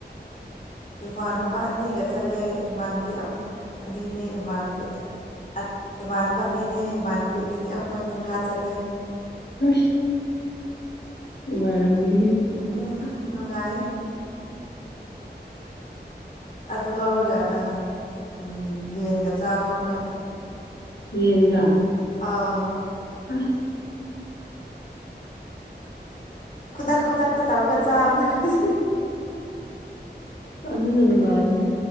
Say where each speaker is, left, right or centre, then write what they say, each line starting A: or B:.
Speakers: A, on the left (about 40°); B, on the left (about 75°).
A: ꯏꯃꯥꯟꯅꯕ ꯑꯅꯤꯒ ꯆꯠꯂꯦ ꯏꯃꯥꯟꯕꯤ ꯑꯝ ꯑꯅꯤꯅꯦ ꯏꯃꯥꯟꯅꯕꯤ ꯍꯠ ꯏꯃꯥꯟꯅꯕ ꯑꯅꯤꯅꯦ ꯏꯃꯥꯟꯕꯤ ꯑꯅꯤꯅꯦ ꯑꯩꯈꯣꯏ ꯃꯉꯥ ꯆꯠꯂꯦ
B: ꯎꯏꯁ ꯅꯨꯡꯉꯥꯏꯔꯝꯅꯤꯍꯦ
A: ꯑꯥ ꯍꯥ ꯅꯨꯡꯉꯥꯏꯌꯦ ꯑꯗꯨ ꯂꯧꯔꯒ ꯑ ꯎꯪ ꯌꯦꯟꯒ ꯆꯥꯕꯈꯣꯏ
B: ꯌꯦꯟꯒ
A: ꯑꯥ
B: ꯑꯁ
A: ꯈꯨꯗꯛ ꯈꯨꯗꯛꯇ ꯇꯧꯔꯒ ꯆꯥꯕꯅꯤ ꯑꯩꯈꯣꯏ
B: ꯑꯗꯨꯅ ꯅꯨꯡꯉꯥꯏꯕꯅꯤ